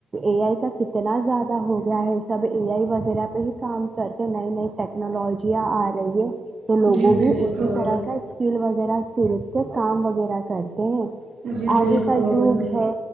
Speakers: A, on the right; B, on the right.
A: اے آئی کا کتنا زیادہ ہو گیا ہے سب اے آئی وغیرہ پہ ہی کام کر کے نئی نئی ٹیکنالوجیاں آ رہی ہے تو لوگوں
B: جی
A: بھی
B: بالکل
A: اسی طرح کا اسکل و وا ا کام وغیرہ کرتے
B: جی بالکل
A: آگے کا جوگ ہے